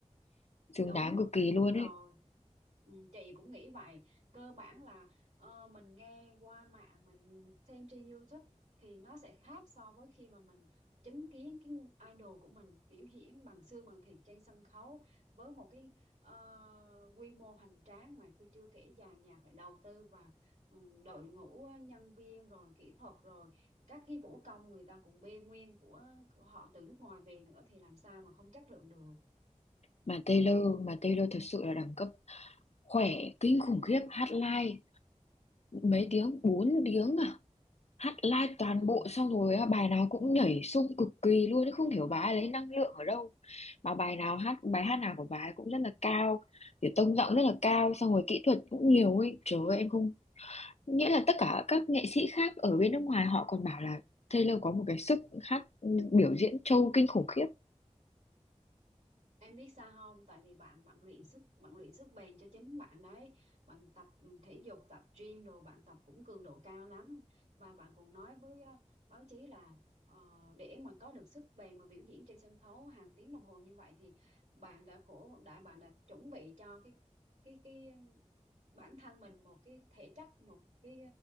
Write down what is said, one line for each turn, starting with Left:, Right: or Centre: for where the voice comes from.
Left: xứng
Right: đúng
Left: đáng cực kỳ
Right: đúng
Left: luôn
Right: rồi
Left: ấy
Right: Ừ, chị cũng nghĩ vậy cơ bản là ờ, mình nghe qua mạng mình xem trên YouTube thì nó sẽ khác so với khi mà mình chứng kiến cái idol của mình biểu diễn bằng xương bằng thịt trên sân khấu với một cái ờ, quy mô hoành tráng mà tôi chưa kể dàn nhạc lại đầu tư và ừ, đội ngũ nhân viên rồi kỹ thuật rồi các cái vũ công người ta cũng bê nguyên của, của họ từ nước ngoài về nữa thì làm sao mà không chất lượng được
Left: mà Taylor mà Taylor thật sự là đẳng cấp khỏe kinh khủng khiếp hát live mấy tiếng 4 tiếng à hát live toàn
Right: <laughs>
Left: bộ xong rồi á, bài nào cũng nhảy xung cực kỳ luôn ấy không hiểu bà ấy lấy năng lượng ở đâu mà bài nào hát bài hát nào của bà ấy cũng rất là cao kiểu tông giọng rất là cao xong rồi kỹ thuật cũng nhiều ấy trời ơi em không nghĩa là tất cả các nghệ sĩ khác ở bên nước ngoài họ còn bảo là Taylor có một cái sức hát biểu diễn trâu kinh khủng khiếp
Right: Em biết sao không? Tại vì bạn bạn luyện sức bạn luyện sức bền cho chính bạn đấy. Bạn tập ừ, thể dục, tập gym đồ, bạn tập cũng cường độ cao lắm. Và bạn cũng nói với ờ, báo chí là ờ, để mà có được sức bền mà biểu diễn trên sân khấu hàng tiếng đồng hồ như vậy thì bạn đã cổ đã bạn đã chuẩn bị cho cái cái cái bản thân mình một cái thể chất một cái